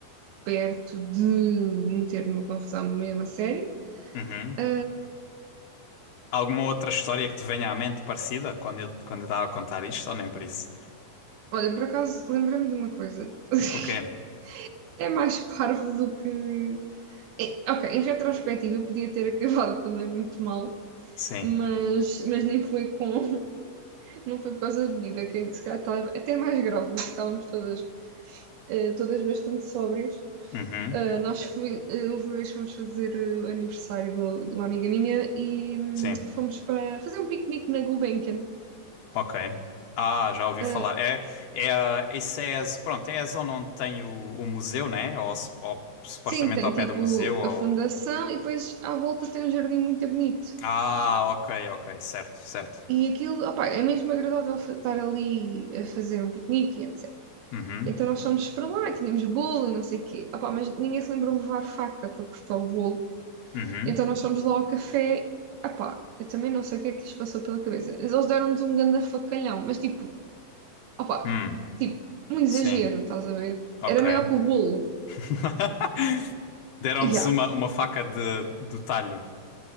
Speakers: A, on the right; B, on the left.
A: perto de me meter numa confusão mesmo a sério.
B: Uhum.
A: Ah,
B: Alguma outra história que te venha à mente parecida quando eu, quando eu estava a contar isto, ou nem por isso?
A: olha, por acaso, lembrei-me de uma coisa. <laughs>
B: O quê?
A: é mais <laughs> parvo do que. É, ok, em retrospectiva podia ter acabado também muito mal,
B: Sim.
A: mas, mas nem foi com. <laughs> Não foi por causa da bebida, que se calhar estava até mais grave, porque estávamos todas, eh, todas bastante sóbrias.
B: Uhum.
A: Ah, nós fui, eh, houve uma vez que fomos fazer eh, o aniversário do- de uma amiga minha e hum,
B: Sim.
A: fomos para fazer um piquenique na Gulbenkian.
B: Ok. Ah, já ouvi
A: Ah,
B: falar. É, é, a- isso é, a pronto, é a zona onde tem o, o museu, né? Ou, sup- ou supostamente
A: sim, tem
B: ao
A: tipo
B: pé do museu, ou...
A: a fundação e depois à volta tem um jardim muito bonito.
B: Ah, ok, ok. Certo, certo.
A: E aquilo, opá, é mesmo agradável fa- estar ali a fazer um piquenique e etc.
B: Uhum.
A: Então nós fomos para lá e tínhamos bolo e não sei o quê. Opá, mas ninguém se lembra de levar faca para cortar o bolo.
B: Uhum.
A: Então nós fomos lá ao café. Opá, eu também não sei o que é que lhes passou pela cabeça. Mas eles deram-nos um ganda facalhão. Mas tipo, opá,
B: Hum.
A: tipo, um exagero,
B: Sim.
A: estás a ver?
B: Ok.
A: Era maior que o bolo.
B: <laughs> Deram-vos
A: E já.
B: uma, uma faca de, do talho.